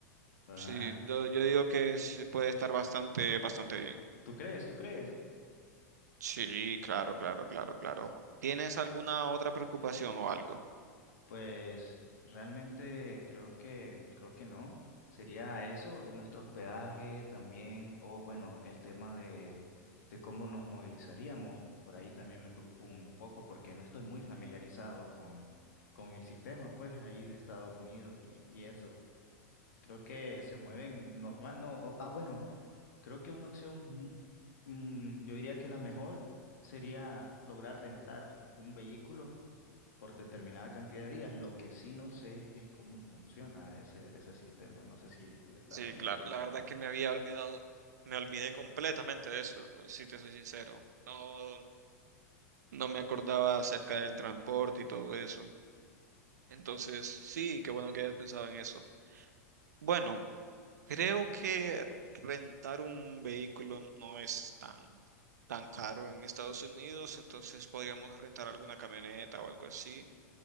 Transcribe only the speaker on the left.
Ah,
¿tú crees? ¿Tú crees?
Pues realmente creo que creo que no. Sería eso, eh, nuestro hospedaje también, o bueno, el tema de, de cómo nos movilizaríamos. Por ahí también me preocupa un poco porque no estoy muy familiarizado con, con el sistema, pues, ahí de Estados Unidos y, y eso. Creo que se mueven normal, ¿no? O- ah, bueno. Creo que una opción, mm, mm, yo diría que la mejor sería lograr rentar un vehículo por determinada cantidad de días. Lo que sí no sé es cómo funciona ese, ese sistema. No sé si tú estás
familiarizado.